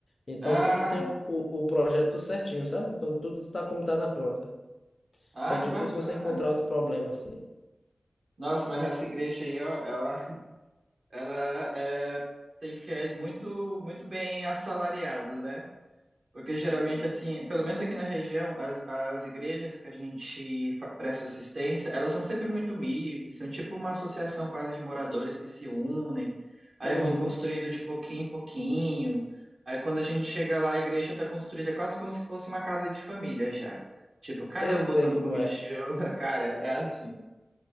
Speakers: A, on the left; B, on the right.
A: então
B: ah,
A: tudo tem o, o, o projeto certinho, sabe? Então tudo está como está na planta.
B: ah,
A: Então é
B: que
A: difícil
B: bacana.
A: você encontrar outro problema assim.
B: Nossa, mas essa igreja aí, ó, ela, <laughs> ela é, tem fiéis muito, muito bem assalariados, né? Porque geralmente, assim, pelo menos aqui na região, as, as igrejas que a gente fa- presta assistência, elas são sempre muito humildes, são tipo uma associação quase de moradores que se unem, aí
A: Uhum.
B: vão construindo de pouquinho em pouquinho. Aí quando a gente chega lá, a igreja está construída quase como se fosse uma casa de família já. Tipo, cada
A: Eu
B: um botando
A: sei como
B: um pouquinho
A: é.
B: de tijolo na cara, é assim.